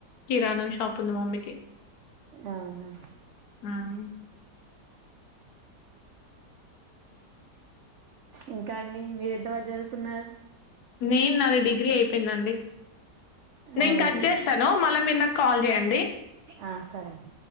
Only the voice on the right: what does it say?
అవునా
ఇంకా అండి మీరు ఎంత వరకు చదువుకున్నారు
అవునా
ఆ, సరే అండి